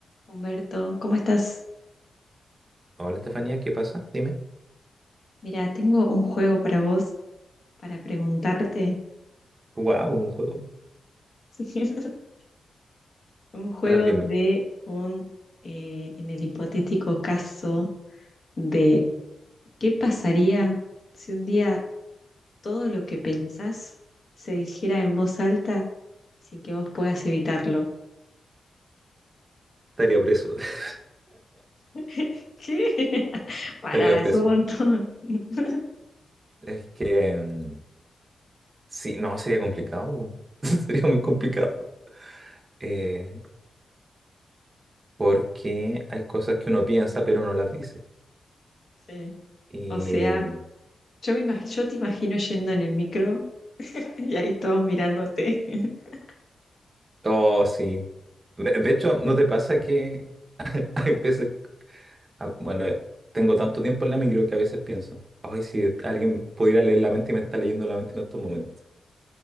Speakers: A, on the left; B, on the right.
A: Humberto, ¿cómo estás?
B: Hola Estefanía, ¿qué pasa? Dime.
A: Mira, tengo un juego para vos, para preguntarte.
B: wow, un juego.
A: <laughs> Un juego
B: A ver, dime.
A: de un, eh, en el hipotético caso de ¿qué pasaría si un día todo lo que pensás se dijera en voz alta sin que vos puedas evitarlo?
B: Estaría preso. <laughs>
A: <laughs> ¿Qué? Pará,
B: Estaría preso.
A: es un montón. <laughs>
B: Es que mm, sí, no, sería complicado. po. <laughs> Sería muy complicado. Eh, porque hay cosas que uno piensa pero no las dice.
A: Sí.
B: Y
A: O sea,
B: mm,
A: yo me imag- yo te imagino yendo en el micro <laughs> y ahí todos mirándote. <laughs>
B: oh, sí. De, de hecho, ¿no te pasa que <laughs> hay veces, ah, bueno, eh, tengo tanto tiempo en la micro que a veces pienso, ay, si alguien pudiera leer la mente y me está leyendo la mente en estos momentos. <laughs>